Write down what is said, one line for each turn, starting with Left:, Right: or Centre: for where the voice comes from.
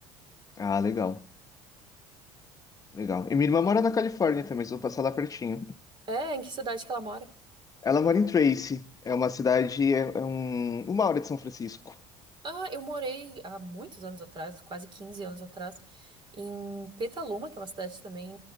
Left: Ah, legal. Legal. E minha irmã mora na Califórnia também, só vou passar lá pertinho.
Right: É, em que cidade que ela mora?
Left: Ela mora em Tracy, é uma cidade, é, é um, uma hora de São Francisco.
Right: Ah, eu morei há muitos anos atrás, quase 15 anos atrás, em Petaluma, que é uma cidade também,